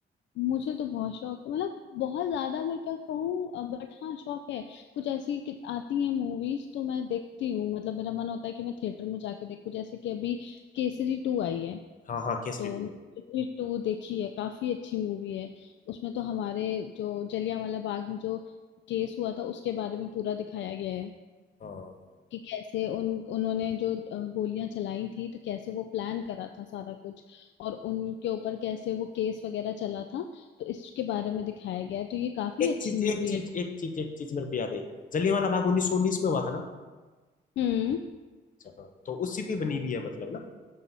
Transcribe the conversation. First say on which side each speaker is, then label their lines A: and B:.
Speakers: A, on the left; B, on the left.
A: मुझे तो बहुत शौक है मतलब बहुत ज्यादा मैं क्या कहूँ बट हाँ शौक है कुछ ऐसी कि- आती हैं मूवीज तो मैं देखती हूँ मतलब मेरा मन होता है कि मैं थिएटर में जाके देखूँ जैसे कि अभी केसरी टू आई है
B: हाँ हाँ केसरी
A: तो
B: टू
A: मैंने केसरी टू देखी है काफी अच्छी मूवी है उसमें तो हमारे जो जलियांवाला बाग में जो केस हुआ था उसके बारे में पूरा दिखाया गया है
B: हाँ
A: कि कैसे उन उन्होंने जो गोलियां चलाई थी तो कैसे वो प्लान करा था सारा कुछ और उनके ऊपर कैसे वो केस वगैरह चला था तो इसके बारे में दिखाया गया है तो ये काफी
B: एक
A: अच्छी
B: चीज
A: मूवी
B: एक चीज
A: है
B: एक चीज एक चीज मेरे को याद आई जलियांवाला बाग उन्नीस सौ उन्नीस में हुआ था ना
A: हम्म
B: अच्छा, हाँ तो उसी पे बनी हुई है मतलब ना